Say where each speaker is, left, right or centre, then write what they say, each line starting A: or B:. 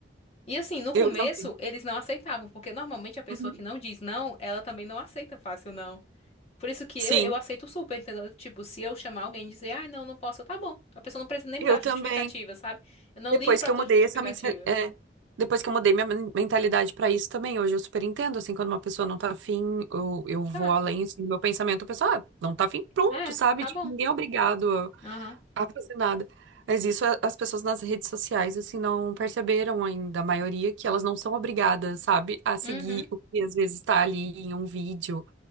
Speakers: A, on the left (about 35°); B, on the right (about 80°).
A: E assim, no começo,
B: eu também.
A: eles não aceitavam, porque normalmente a pessoa
B: Uhum.
A: que não diz não, ela também não aceita fácil não. Por isso que
B: Sim,
A: eu, eu aceito super, entendeu? Tipo, se eu chamar alguém e dizer, ai, não, não posso, eu, tá bom. A pessoa não precisa nem me
B: eu
A: dar justificativa,
B: também.
A: sabe? Eu não
B: Depois
A: ligo pra
B: que eu
A: tua
B: mudei
A: justificativa.
B: essa mensalidade. É, depois que eu mudei minha men- mentalidade pra isso também, hoje eu super entendo, assim, quando uma pessoa não tá afim, eu, eu vou
A: Tá,
B: além, assim, do meu pensamento, eu penso, ah, não tá afim, pronto,
A: é,
B: sabe?
A: tá
B: Tipo,
A: bom.
B: ninguém é obrigado a
A: Aham.
B: a fazer nada. Mas isso a- as pessoas nas redes sociais, assim, não perceberam ainda, a maioria, que elas não são obrigadas, sabe, a seguir
A: Uhum.
B: o que às vezes tá ali em um vídeo,